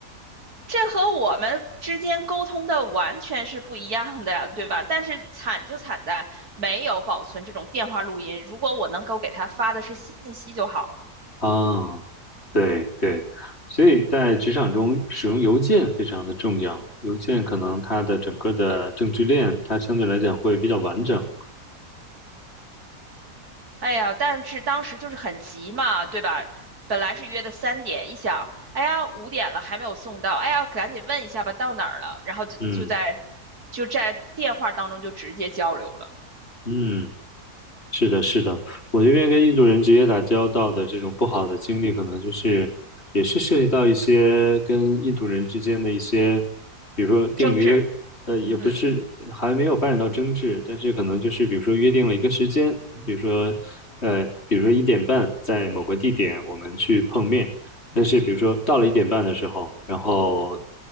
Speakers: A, on the right; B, on the left.
A: 这和我们之间沟通的完全是不一样的呀，对吧？但是惨就惨在没有保存这种电话录音。如果我能够给他发的是信息就好
B: 啊！对对，所以在职场中使用邮件非常的重要，邮件可能它的整个的证据链它相对来讲会比较完整。
A: 哎呀，但是当时就是很急嘛，对吧？本来是约的三点，一想，哎呀，五点了还没有送到，哎呀，赶紧问一下吧，到哪儿了？然后就就在
B: 嗯
A: 就在电话当中就直接交流了，
B: 嗯，是的，是的，我这边跟印度人直接打交道的这种不好的经历，可能就是也是涉及到一些跟印度人之间的一些，比如说定了一个，
A: 争执。
B: 呃，也不是还没有发展到争执，
A: 嗯，
B: 但是可能就是比如说约定了一个时间，比如说，呃，比如说一点半在某个地点我们去碰面，但是比如说到了一点半的时候，然后